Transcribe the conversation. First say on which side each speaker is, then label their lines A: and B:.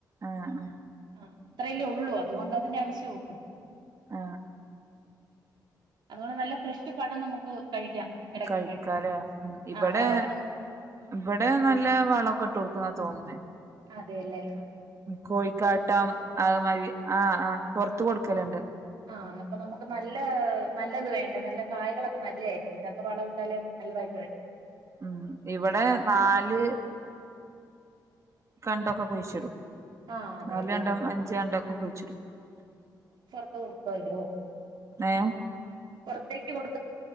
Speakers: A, on the right; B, on the right.
A: ആ ആ
B: ആ അത്രല്ലേ ഉള്ളൂ അതുകൊണ്ട് അതിന്റെ ആവശ്യംള്ളൂ
A: ആ
B: അതുകൊണ്ട് നല്ല ഫ്രഷ് പഴം നമുക്ക് കഴിക്കാം ഇടയ്ക്കൊക്കെ
A: കഴിക്കാലെ ഇബടെ
B: ആഹ് വളവൊന്നും
A: ഇബടെ നല്ല വളൊക്കെ ഇട്ട് കൊട്ക്കും ന്നാ തോന്നുന്നെ
B: അതേല്ലേ
A: കോയിക്കാട്ടം അയ്മാരി ആ ആ പൊറത്തെ കൊടുക്കലണ്ട്
B: ആ എന്നപ്പം നമുക്ക് നല്ല നല്ലത് വേണ്ട നല്ല കായകളൊക്കെ നല്ലതായിരിക്കും നല്ല വളം ഇട്ടാലേ നല്ലതായിട്ട് വരും
A: ഉം ഇവിടെ നാല് കണ്ടൊക്കെ കുഴിച്ചിടും
B: ആ അതെല്യാ
A: നാല് കണ്ടം
B: ആ
A: <unintelligible>
B: പുറത്ത് കൊടുക്കുവല്ലോ
A: ഏ
B: പുറത്തേക്ക് കൊടു